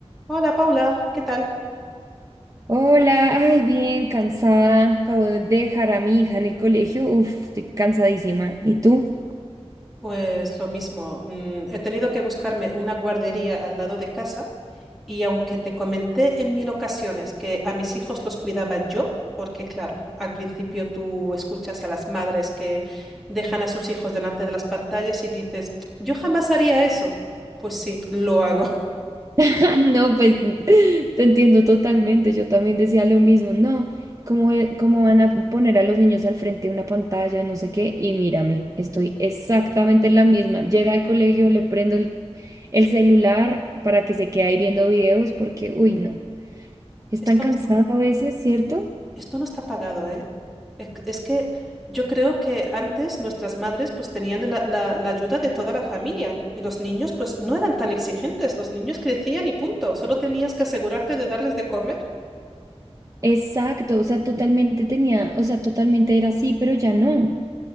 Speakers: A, in the centre; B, on the right.
A: Hola Paula, ¿qué tal?
B: Hola, ay, bien, cansada. Acabo de dejar a mi hija en el colegio. Uf, estoy cansadísima. ¿Y tú?
A: Pues lo mismo, mm, he tenido que buscarme una guardería al lado de casa y aunque te comenté en mil ocasiones que a mis hijos los cuidaba yo, porque claro, al principio tú escuchas a las madres que dejan a sus hijos delante de las pantallas y dices, yo jamás haría eso. Pues sí, lo hago.
B: <laughs> No, pues te entiendo totalmente. Yo también decía lo mismo. No, ¿cómo, e- cómo van a poner a los niños al frente de una pantalla, no sé qué? Y mírame, estoy exactamente en la misma. Llega al colegio, le prendo el, el celular para que se quede ahí viendo videos porque, uy, no. Están
A: <laughs> Estamos
B: cansados a veces, ¿cierto?
A: Esto no está pagado, ¿eh? Es, es que yo creo que antes nuestras madres pues tenían la, la- la ayuda de toda la familia y los niños pues no eran tan exigentes, los niños crecían y punto, solo tenías que asegurarte de darles de comer.
B: Exacto, o sea, totalmente tenía, o sea, totalmente era así, pero ya no.